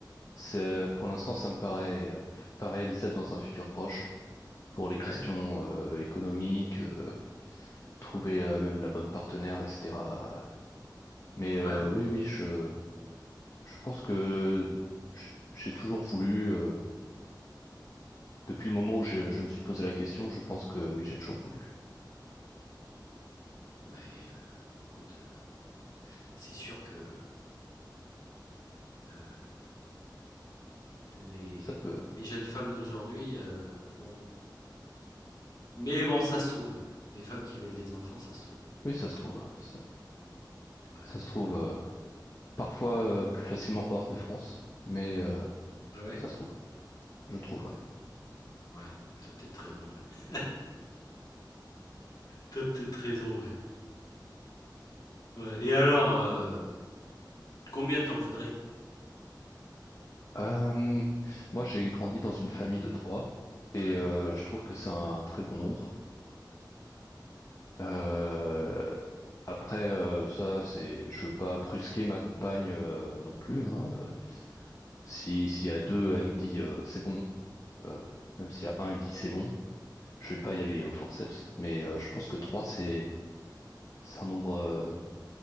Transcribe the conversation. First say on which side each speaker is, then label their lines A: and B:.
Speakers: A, on the left (about 45°); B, on the left (about 60°).
A: C'est pour l'instant, ça me paraît euh, pas réalisable dans un futur proche pour les questions
B: Ouais,
A: euh, économiques, euh, trouver euh, même la bonne partenaire, etc. Mais euh,
B: ouais.
A: oui, oui, je je pense que j'ai j'ai toujours voulu. euh, Depuis le moment où je, je me suis posé la question, je pense que oui, j'ai toujours voulu.
B: Beh, heu, écoute, heu, c'est sûr que, heu, les
A: Ça peut,
B: les jeunes femmes d'aujourd'hui, heu, bon mais bon, ça se trouve, des femmes qui veulent des enfants, ça se trouve,
A: oui, ça
B: encore.
A: se trouve. Ça,
B: Ouais.
A: ça se trouve euh, parfois euh, plus facilement hors de France, mais euh,
B: Ah ouais?
A: ça se trouve, je trouve, ouais.
B: Ouais, T'as peut-être raison, ouais. Tu peut-être raison, ouais. Ouais et alors, heu, combien t'en voudrais?
A: Euh, moi, j'ai grandi dans une famille de trois et
B: Ouais.
A: euh, je trouve que c'est un très bon nombre. Euh, après, euh, ça, c'est, je veux pas brusquer ma compagne euh, non plus. Hein. Euh, Si s'il y a deux, elle me dit euh, c'est bon. Euh, même s'il y a un, elle me dit c'est bon. Je vais pas y aller au forceps, mais euh, je pense que trois, c'est c'est un nombre. euh,